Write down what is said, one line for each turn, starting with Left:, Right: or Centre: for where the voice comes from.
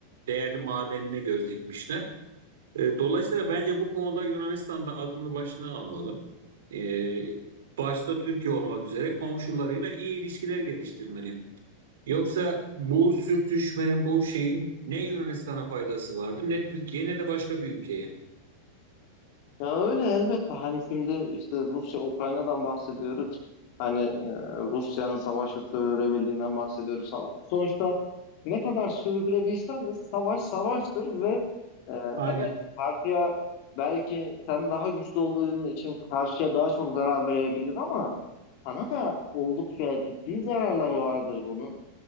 Right: değerli madenine göz dikmişler. E, dolayısıyla bence bu konuda Yunanistan da aklını başına almalı. E, başta Türkiye olmak üzere komşularıyla iyi ilişkiler geliştirmeli. Yoksa bu sürtüşmenin, bu şeyin ne Yunanistan'a faydası vardı, ne Türkiye ne de başka bir ülkeye.
Left: Ya öyle elbette hani şimdi işte Rusya Ukrayna'dan bahsediyoruz. Hani e, Rusya'nın savaşı sürdürebildiğinden bahsediyoruz ama sonuçta ne kadar sürdürebilsen de savaş savaştır ve e,
Right: Aynen.
Left: evet karşıya belki sen daha güçlü olduğun için karşıya daha çok zarar verebilir ama sana da oldukça ciddi zararları vardır bunun.